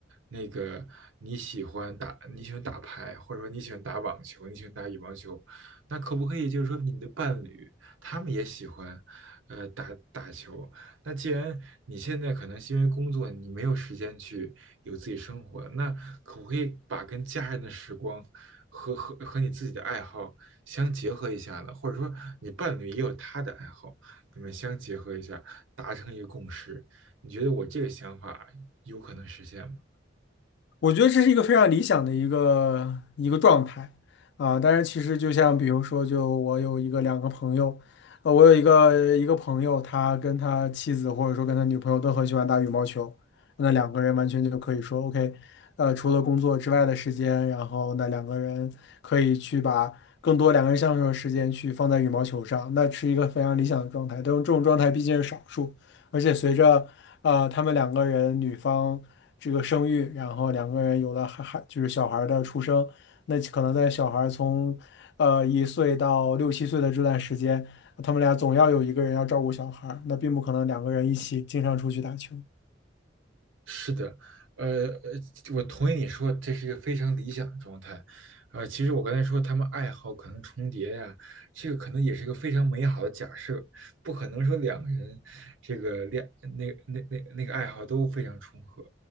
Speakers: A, on the right; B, on the left.
A: 那个你喜欢打你喜欢打牌，或者说你喜欢打网球，你喜欢打羽毛球，那可不可以就是说你的伴侣他们也喜欢呃打打球？那既然你现在可能是因为工作你没有时间去。有自己生活。那可不可以把跟家人的时光和和和你自己的爱好相结合一下呢？或者说，你伴侣也有他的爱好，你们相结合一下，达成一个共识？你觉得我这个想法有可能实现吗？
B: 我觉得这是一个非常理想的一个一个状态啊，但是其实就像比如说，就我有一个两个朋友，呃，我有一个一个朋友，他跟他妻子或者说跟他女朋友都很喜欢打羽毛球，那两个人完全就可以说 OK，呃，除了工作之外的时间，然后那两个人可以去把更多两个人相处的时间去放在羽毛球上，那是一个非常理想的状态，但这种状态毕竟是少数，而且随着呃，他们两个人女方这个生育，然后两个人有了孩孩，就是小孩儿的出生，那可能在小孩儿从呃一岁到六七岁的这段时间，他们俩总要有一个人要照顾小孩儿那并不可能两个人一起经常出去打球。
A: 是的，呃，呃我同意你说这是一个非常理想的状态，呃，其实我刚才说他们爱好可能重叠呀、这个可能也是一个非常美好的假设，不可能说两个人这个恋那那那那个爱好都非常重合。